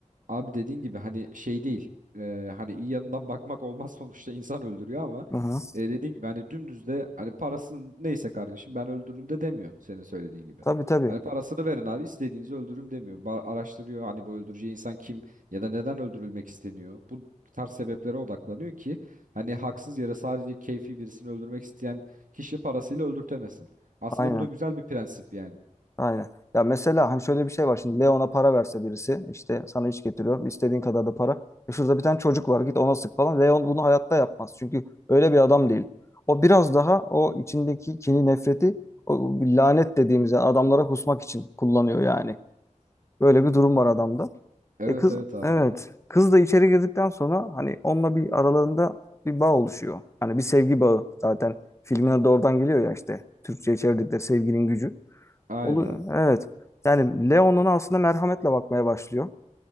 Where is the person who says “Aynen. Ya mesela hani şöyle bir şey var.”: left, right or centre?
Left